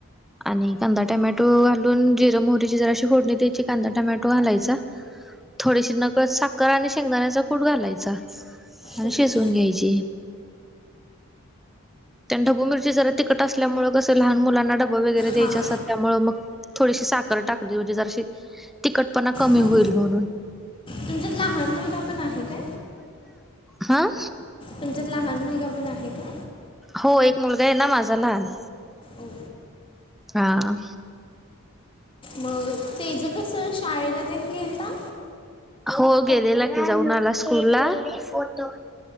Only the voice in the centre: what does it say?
आणि कधा टमॅटो घाल जिर मोहरीची जरा अशी फोडणी दयची कांदा टमॅटो घालायचा. थोडीशी नकद साखर आणि शेंगदाण्याचा कूड घालायच. आणि
शिजवून घ्यायचे. त्यां ढबुबरची जरा तिकट असल्यामुळे कं लहान मुलां डबा वगैरे
द्यायचा असतात त्यामुळे मग थोडीशी साखर टाकली म्हणजे जरशी तखटपणा कमी
होईल म्हणून
ह
हो एक मुलगा आहे ना माझा लहान
हा
हो गेलेला की जाऊन आला स्कूल ला फोटो